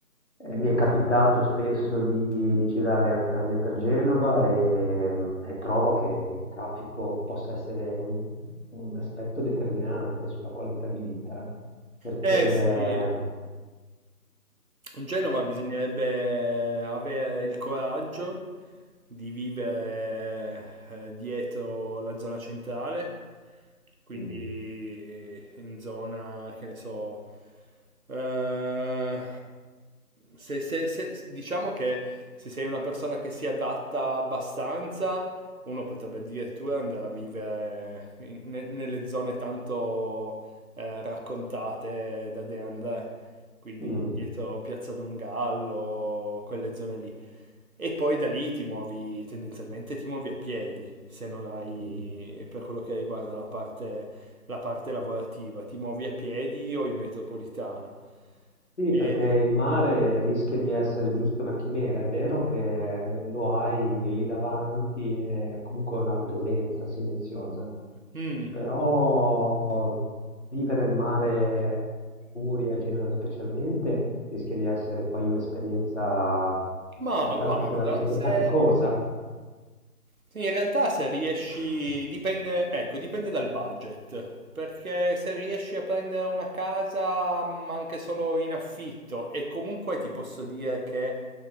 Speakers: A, on the left; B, on the right.
A: mi è capitato spesso di di girare anche a me per Genova, ehm, e trovo che il traffico possa essere un un aspetto determinante sulla qualità di vita, eh, perché
B: eh sì, In Genova bisognerebbe avere il coraggio di vivere eh, dietro la zona centrale, quindi
A: mh,
B: in zona, che ne so, eh, se, se- se- diciamo che se sei una persona che si adatta abbastanza, uno potrebbe addirittura andare a vivere in- ne- nelle zone tanto eh, raccontate da De André quindi
A: mh,
B: dietro Piazza Dongallo, quelle zone lì. E poi da lì ti muovi, tendenzialmente ti muovi a piedi, se non hai,
A: mh.
B: per quello che riguarda la parte, la parte lavorativa, ti muovi a piedi o in metropolitana.
A: Sì,
B: E-
A: perché il mare rischia di essere giusto una chimera, è vero che lo hai lì davanti, è comunque una presenza silenziosa,
B: Mm.
A: però vivere il mare in Liguria, a Genova specialmente, rischia di essere poi un'esperienza
B: ma
A: eh, particolarmente
B: guarda, se...
A: faticosa.
B: Sì, in realtà se riesci, dipende, ecco, dipende dal budget, perché se riesci a prendere una casa mh, anche solo in affitto e comunque ti posso dire che